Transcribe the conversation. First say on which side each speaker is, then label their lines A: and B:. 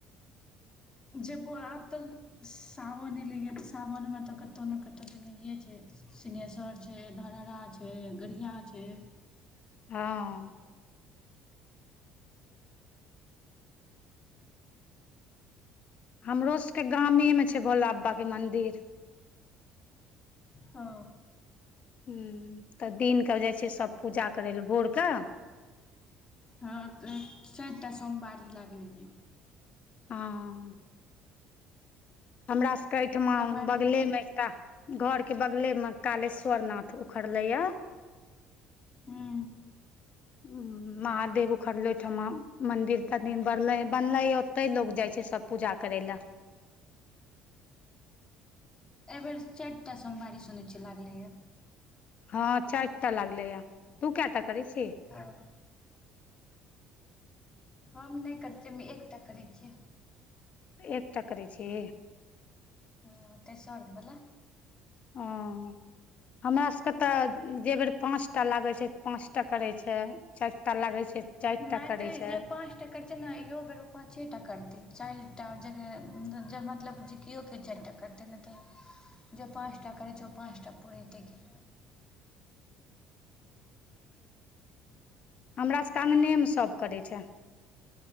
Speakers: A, on the left; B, on the left.
A: जेबो आबतऽ सावन एलैया तऽ सावनमे कतोअ नै कतोअ जनैय छइ सिंहेश्वर छै धरहड़ा छै घड़ियां छै
B: हाँ। हमरो सबके गामे मे छैभोला बाबाके मन्दिर
A: ओ
B: ह तऽ दिन के जाइ छिय सब पूजा करय ल भोर के
A: हँ तऽ चारि टा सोमवारी लागलैए
B: हँ हमरा सभके एहिठमा
A: सोमवारी
B: बगलेमे एकटा घर के बगले में कालेश्वर नाथ उखड़ले या
A: हु
B: हु महादेव उखड़ले ओहिठमा मंदिर तनदीर बर बनलै ओते लोग जाय छै सब पूजा करैल
A: एहिबेर चारिटा सोमबारी सुनैछीयै लागलैया
B: हँ चाइर टा लागले या तू क‌एटा करै छी
A: हँ हम नइ करै छियै हम एकटा करै छियै
B: एकटा करै छी
A: हँ, तेसर वला
B: हं हमरा सबके तऽ जेए बेर पाँच टा लागै छै पाँचटा करै छै चाइर टा लागैय छै चारि
A: नए
B: टा करै
A: तऽ
B: छै
A: जे पाँच टा कर ने इहो बेर ओ पाँचे टा करतै चारि टा जगह जे मतलब जे जीतियो के चारि टा करतै नएतऽ जे पाँचटा करै छै ओ पाँचटा पुरैतै की
B: हमरा सभके अंगने सब करै छै